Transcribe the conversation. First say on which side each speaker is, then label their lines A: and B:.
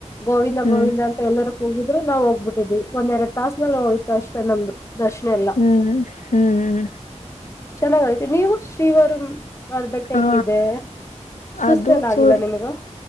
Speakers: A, on the left; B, on the left.
A: ಗೋವಿಂದ
B: ಹ್ಮ್
A: ಗೋವಿಂದ ಅಂತ ಎಲ್ಲರೂ ಹೋಗಿದ್ರೆ ನಾವು ಹೋಗ್ಬಿಟ್ಟಿದ್ವಿ, ಒಂದ್ ಎರಡು ತಾಸ್ಸನಲ್ ಹೋಯ್ತಷ್ಟೇ ನಮ್ದು. ದರ್ಶನ ಎಲ್ಲ
B: ಹ್ಮ್ ಹ್ಮ್
A: ಚೆನ್ನಾಗಾಗತಿ ನೀವು ಶ್ರೀವರ ಅದ್ ಬೆಟ್ಟ
B: ಹಾ
A: ಹೆಂಗಿದೆ ಸುಸ್ತಲ್ಲ
B: ಅದು
A: ಆಗಿಲ್ಲ
B: ಚೂರ್
A: ನಿಮಗ